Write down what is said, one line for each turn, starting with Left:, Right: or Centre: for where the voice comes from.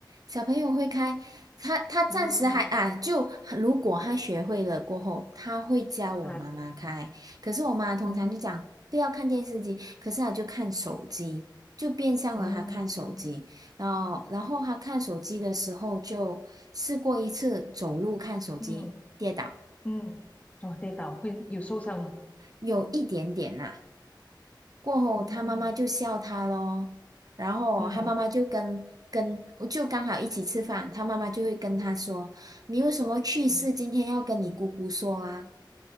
Right: 小朋友会开。她她暂时还啊，
Left: 嗯
Right: 就如果她学会了过后，她会教我妈妈开。
Left: 啊，
Right: 可是我妈通常就讲不要看电视机，
Left: 嗯
Right: 可是她就看手机，就变相了她看手机。
Left: 嗯
Right: 然后然后她看手机的时候，就试过一次走路看手机跌倒，
Left: 嗯嗯，哦，跌倒会有受伤吗？
Right: 有一点点啦、过后，
Left: 嗯
Right: 他妈妈就笑他咯，然后他妈妈就跟跟我就刚好一起吃饭，
Left: 嗯
Right: 他妈妈就会跟他说：“你有什么趣事今天要跟你姑姑说啊？”
Left: 嗯